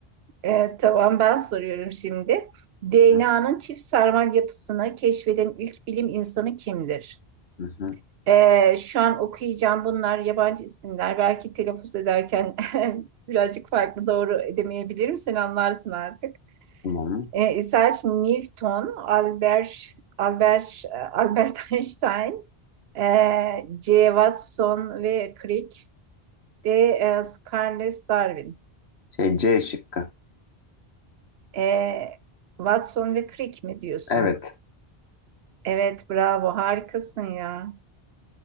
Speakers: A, on the right (about 75°); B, on the left (about 85°).
A: E, tamam ben soruyorum şimdi. DNA'nın
B: Hı
A: çift sarmal yapısını keşfeden ilk bilim insanı kimdir?
B: hı, hı.
A: E, şu an okuyacağım bunlar yabancı isimler. Belki telaffuz ederken <laughs> birazcık farklı doğru edemeyebilirim. Sen anlarsın artık.
B: Tamam.
A: E, Isaac Newton, Albert, Albert, e, Albert <laughs> Einstein, e, J. Watson ve Crick, de e, Charles Darwin.
B: Şey C şıkkı.
A: E, Watson ve Crick mi diyorsun?
B: Evet.
A: Evet, bravo, harikasın ya.